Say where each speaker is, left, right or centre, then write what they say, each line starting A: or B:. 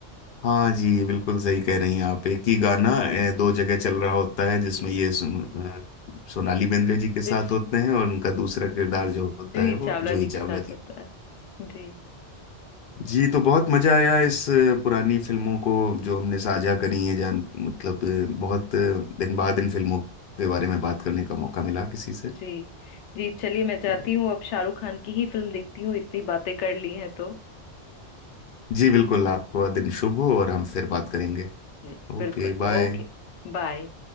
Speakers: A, on the left (about 60°); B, on the left (about 80°).
A: हाँ जी बिल्कुल सही कह रही हैं आप एक ही गाना ए, दो जगह चल रहा होता है जिसमें
B: जी
A: ये सुन, अ, सोनाली बेंद्रे जी के साथ
B: जूही
A: होते हैं और उनका दूसरा किरदार जो होता
B: जूही
A: है वो
B: चावला
A: जूही
B: जी के
A: चावला
B: साथ
A: जी
B: होता है जी
A: जी तो बहुत मजा आया इस अ, पुरानी फिल्मों को जो हमने साझा करी है जान मतलब अ, बहुत अ, दिन बाद इन फिल्मों के बारे में बात करने का मौका मिला किसी से
B: जी जी चलिए मैं जाती
A: तो
B: हूँ अब शाहरुख खान की ही फिल्म देखती हूँ इतनी बातें कर ली हैं तो
A: जी बिल्कुल आपका दिन शुभ हो और हम फिर बात करेंगे
B: जी,
A: Okay
B: बिल्कुल
A: bye
B: Okay bye